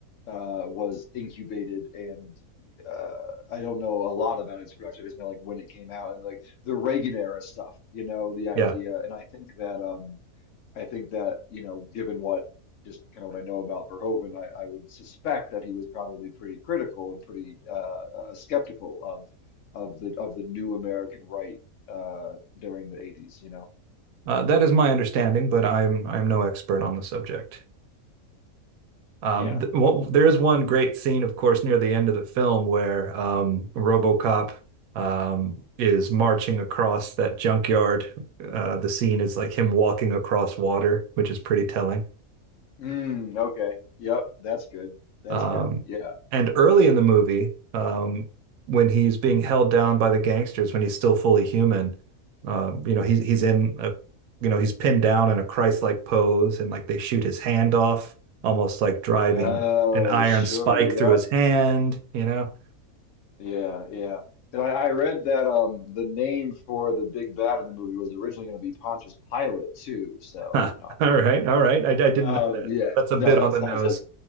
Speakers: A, on the left; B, on the right.
A: uh was incubated and uh I don't know a lot about its production history, like when it came out and like the Reagan era stuff, you know, the idea.
B: Yeah,
A: And I think that um I think that, you know, given what just kind of what I know about Verhoeven, I, I would suspect that he was probably pretty critical and pretty uh, uh skeptical of of the of the new American right uh during the 80s, you know.
B: uh, that is my understanding, but I'm I'm no expert on the subject. Um,
A: Yeah.
B: th well, there is one great scene, of course, near the end of the film where um, RoboCop um, is marching across that junkyard. Uh, the scene is like him walking across water, which is pretty telling.
A: Mm, okay. Yep, that's good. That's
B: Um,
A: good. Yeah.
B: and early in the movie, um, when he's being held down by the gangsters, when he's still fully human, uh, you know, he's he's in a, you know, he's pinned down in a Christ-like pose, and like they shoot his hand off, almost like driving
A: Oh,
B: an iron
A: sure.
B: spike
A: Yeah.
B: through his hand. You know,
A: Yeah, yeah. And I, I read that um the name for the big bad in the movie was originally going to be Pontius Pilate too. So,
B: <laughs> Huh.
A: no, I'm
B: All
A: joking
B: right, all
A: about
B: right.
A: that.
B: I, I didn't
A: Um,
B: know that.
A: yeah.
B: That's
A: No,
B: a bit
A: that's
B: on the nose.
A: I just